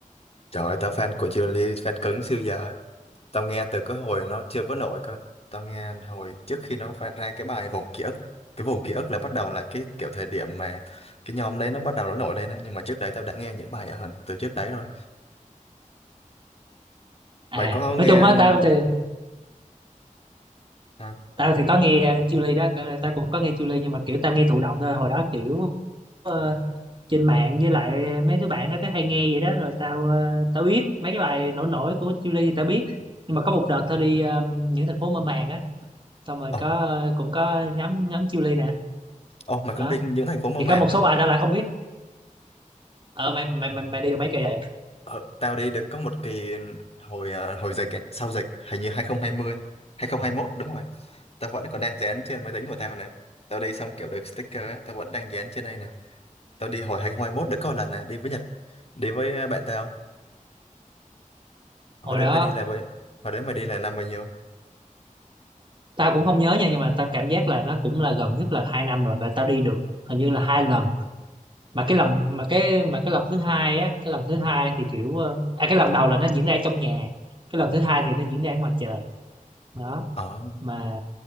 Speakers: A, on the left; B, on the right.
A: Trời ơi, tao fan của Julie, fan cứng siêu giờ. á. Tao nghe từ cái hồi nó chưa có nổi cơ. Tao nghe hồi trước khi nó phát ra cái bài Vòng Ký ức. Cái Vòng Ký ức là bắt đầu là cái kiểu thời điểm mà cái nhóm đấy nó bắt đầu nó nổi lên đấy. Nhưng mà trước đấy tao đã nghe những bài ở hơn từ trước đấy rồi.
B: À
A: Mày có
B: nói
A: nghe...
B: chung á tao thì
A: À,
B: tao thì có nghe Chile đó, cái- tao cũng có nghe Chile nhưng mà kiểu tao nghe thụ động thôi. Hồi đó kiểu ờ, trên mạng với lại mấy đứa bạn nó cứ hay nghe vậy đó rồi tao ờ, tao biết mấy cái bài nổi nổi của Chile thì tao biết nhưng mà có một đợt tao đi ờ, những thành phố mơ màng á xong rồi
A: ồ,
B: có ờ, cũng có nhóm nhóm Chillies nè
A: ồ, mày
B: đó
A: cũng đi những thành phố mơ
B: thì
A: màng
B: có một
A: hả?
B: số bài tao lại không biết ở mày mày mày, mày đi được mấy kỳ rồi
A: Ờ, tao đi được có một kỳ hồi à, hồi dịch ấy, sau dịch, hình như 2020, 2021 đúng rồi. Tao vẫn còn đang dán trên máy tính của tao này. Tao đi xong kiểu được sticker ấy, tao vẫn đang dán trên đây nè tao đi hồi 2021 đã có một lần nè đi với Nhật đi với ờ, bạn tao hồi
B: hồi
A: đấy
B: đó
A: mày đi là với hồi đấy mày đi là năm bao nhiêu
B: tao cũng không nhớ nha nhưng mà tao cảm giác là nó cũng là gần nhất là hai năm rồi và tao đi được hình như là hai lần mà cái lần mà cái mà cái lần thứ hai á cái lần thứ hai thì kiểu ờ, à cái lần đầu là nó diễn ra trong nhà cái lần thứ hai thì nó diễn ra ngoài trời đó
A: ờ
B: mà